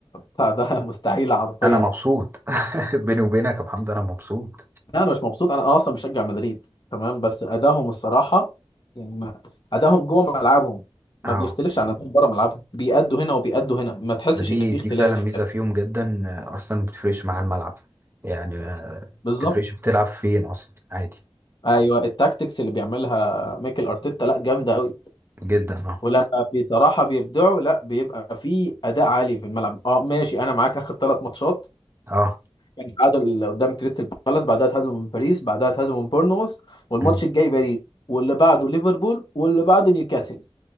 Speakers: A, on the left; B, on the right.
A: بتاع ده <laughs> مستحيله حرفيا
B: انا مبسوط <laughs> بيني وبينك يا محمد انا مبسوط
A: لا انا مش مبسوط انا اصلا مشجع مدريد تمام بس ادائهم الصراحه يعني ما... ادائهم جوه ملعبهم ما
B: اه
A: بيختلفش عن ادائهم بره ملعبهم بيأدوا هنا وبيأدوا هنا ما تحسش
B: ما دي
A: ان في
B: دي
A: اختلاف
B: فعلا ميزة فيهم جدا ارسنال ما بتفرقش مع الملعب يعني آه، ما
A: بالظبط
B: بتفرقش بتلعب فين اصلا عادي
A: ايوه التاكتكس اللي بيعملها ميكل ارتيتا لا جامده قوي
B: جدا اه
A: ولما بصراحه بيبدعوا لا بيبقى في اداء عالي في الملعب اه ماشي انا معاك اخر ثلاث ماتشات
B: اه
A: كان تعادل قدام كريستال بالاس بعدها اتهزموا من باريس بعدها اتهزموا من بورنموث والماتش
B: مم.
A: الجاي باريس واللي بعده ليفربول واللي بعده نيوكاسل